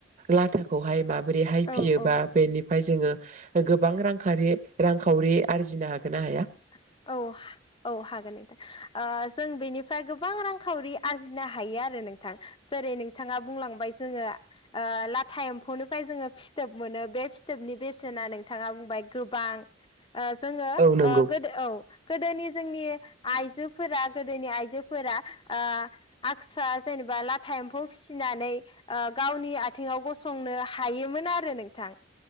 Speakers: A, on the right (about 40°); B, on the left (about 25°).
A: लाथाखौहाय मा मा बोरैहाय
B: औ
A: फियोबा
B: औ
A: बेनि जोङो गोबां रां रांखावरि आरजिनो हागोन ना हाया।
B: <inaudible> औ औ हागोन नोंथां ओ जों बेनिफ्राय गोबां रांखावरि आरजिनो हायो आरो‌ नोंथां जेरै नोंथाङा बुंलांबाय जोङो लाथा ओ एम्फौनिफ्राय जोङो फिथोब मोनो। बे फिथोबनि बेसेना नोंथाङा बुंबाय गोबां‌ ओ जोङो
A: औ नंगौ
B: ओ गोदो औ गोदोनि जोंनि आइ आइजोफोरा गोदोनि आइजोफोरा ओ आकसा जेनेबा लाथा एम्फौ फिसिनानै ओ गावनि आथिंआव गसंनो हायोमोन आरो नोंथां।